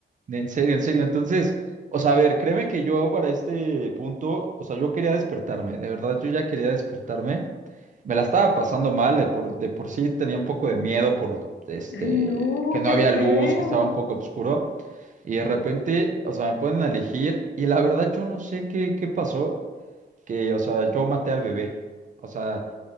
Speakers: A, on the right (about 40°); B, on the left (about 70°).
A: en serio, en serio. Entonces, o sea, a ver, créeme que yo para este punto, o sea, yo quería despertarme, de verdad, yo ya quería despertarme. Me la estaba pasando mal, de por, de por sí tenía un poco de miedo por este,
B: Ay, no,
A: que no
B: qué
A: había luz,
B: feo.
A: que estaba un poco oscuro. Y de repente, o sea, me ponen a elegir y la verdad yo no sé qué, qué pasó, que, o sea, yo maté al bebé. O sea,